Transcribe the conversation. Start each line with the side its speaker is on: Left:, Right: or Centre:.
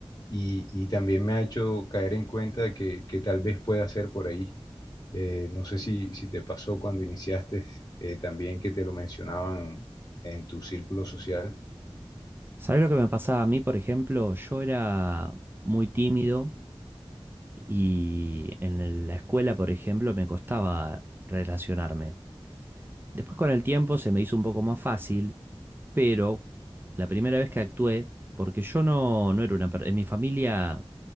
Left: y, y también me ha hecho caer en cuenta de que, que tal vez pueda ser por ahí. Eh, no sé si, si te pasó cuando iniciaste eh, también que te lo mencionaban en tu círculo social.
Right: ¿Sabés lo que me pasaba a mí, por ejemplo? Yo era muy tímido y en el- la escuela, por ejemplo, me costaba relacionarme. Después con el tiempo se me hizo un poco más fácil, pero la primera vez que actué, porque yo no, no era una... per- En mi familia